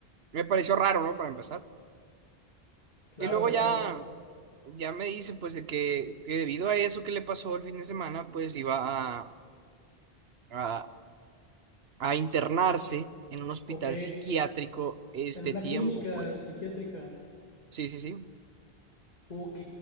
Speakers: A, on the right (about 75°); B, on the left (about 40°).
A: me pareció raro, ¿no? Para empezar.
B: Claro,
A: Y luego
B: claro.
A: ya, ya me dice pues de que, que debido a eso que le pasó el fin de semana, pues iba a, a, a internarse en un hospital
B: Ok.
A: psiquiátrico este
B: En una
A: tiempo,
B: clínica
A: pues.
B: psiquiátrica.
A: Sí, sí, sí.
B: Ok.